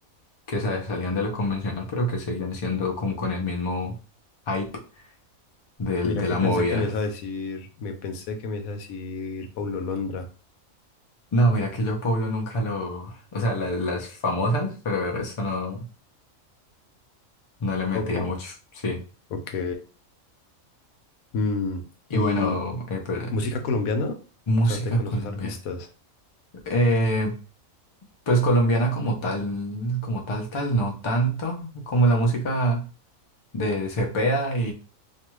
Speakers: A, on the left; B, on the left.
A: que sa- salían de lo convencional pero que seguían siendo como con el mismo hype del,
B: Mira
A: de
B: que
A: la
B: pensé
A: movida.
B: que me ibas a decir, me pensé que me ibas a decir Paulo Londra.
A: No, mira que yo a Pablo nunca lo, o sea, la- las, famosas, pero el resto no, no le metía
B: Poco.
A: mucho, sí.
B: Ok. Mm,
A: Y
B: ¿Y
A: bueno, eh, pero-
B: música colombiana? O
A: música
B: sea, ¿te conoces
A: colombiana.
B: artistas?
A: Eh, pues colombiana como tal, como tal, tal, no tanto como la música de Cepeda